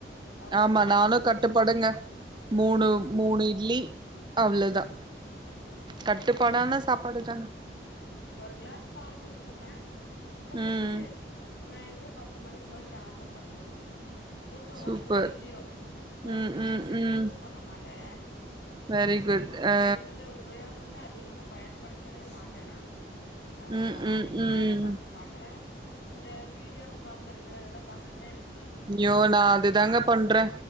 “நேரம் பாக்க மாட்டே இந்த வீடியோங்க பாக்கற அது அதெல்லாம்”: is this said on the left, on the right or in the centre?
Left